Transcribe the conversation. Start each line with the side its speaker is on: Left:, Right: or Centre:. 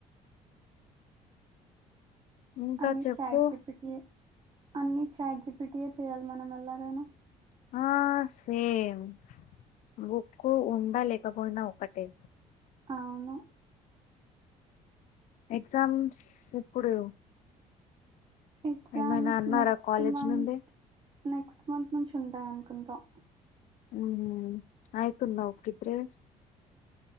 Left: ఇంకా
Right: అన్ని
Left: చెప్పు
Right: చాట్ జీపీటీ అన్ని చాట్ జీపీటీ యే చేయ్యాలి మనం ఎల్లాగైనా
Left: ఆ సేమ్ బక్కు ఉండా లేకపోయినా ఒకటే
Right: అవును
Left: ఎగ్జామ్స్ ఇప్పుడు
Right: ఎగ్జామ్స్
Left: ఏమైనా అన్నారా
Right: నెక్స్ట్
Left: కాలేజ్
Right: మంత్
Left: నుండి
Right: నెక్స్ట్ మంత్ నుంచి ఉంటాయి అనుకుంటాం
Left: ఉ హు ఆయతున్నా పీప్రేన్స్